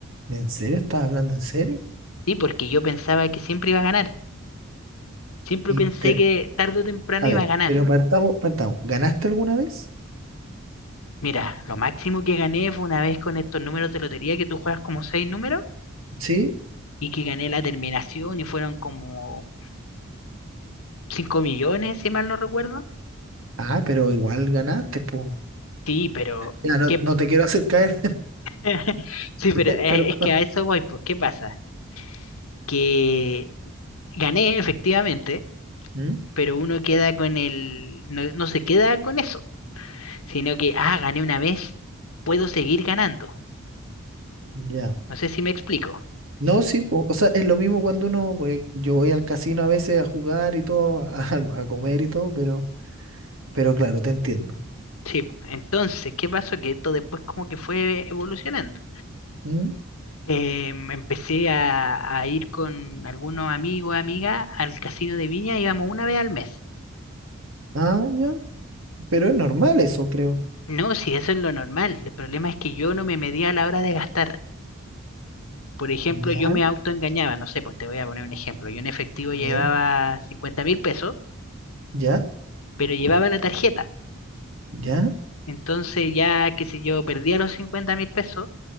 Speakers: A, on the right; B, on the left.
A: ¿en serio? ¿Estás hablando en serio?
B: Sí, porque yo pensaba que siempre iba a ganar. Siempre
A: Y,
B: pensé
A: pero,
B: que tarde o temprano
A: a ver,
B: iba a ganar.
A: pero partamos, partamos. ¿Ganaste alguna vez?
B: Mira, lo máximo que gané fue una vez con estos números de lotería que tú juegas como seis números
A: Sí.
B: y que gané la terminación y fueron como cinco millones, si mal no recuerdo.
A: Ah, pero igual ganaste, po.
B: Sí, pero
A: Ya, no,
B: ¿qué?
A: no te quiero hacer caer,
B: <laughs> Sí,
A: <laughs>
B: pero eh,
A: perdón.
B: es que a eso voy, pues, ¿qué pasa? Que gané efectivamente,
A: ¿Mm?
B: pero uno queda con el, no no se queda con eso. sino que, ah, gané una vez, puedo seguir ganando.
A: Ya.
B: No sé si me explico.
A: No, sí, po. O sea, es lo mismo cuando uno, pues, yo voy al casino a veces a jugar y todo, a, <laughs> a comer y todo, pero, pero claro, te entiendo.
B: Sí, po. entonces, ¿qué pasó? Que esto después como que fue evolucionando.
A: ¿Mm?
B: Em, empecé a, a ir con algunos amigos, amigas al casino de Viña, íbamos una vez al mes.
A: Ah, ya. Pero es normal eso, creo.
B: No, si eso es lo normal. El problema es que yo no me medía a la hora de gastar. Por ejemplo,
A: Ya,
B: yo me autoengañaba, no sé, pues te voy a poner un ejemplo. Yo en efectivo
A: a
B: llevaba
A: ver,
B: cincuenta mil pesos,
A: ya,
B: pero llevaba la tarjeta.
A: ya.
B: Entonces ya, qué sé yo, perdía los cincuenta mil pesos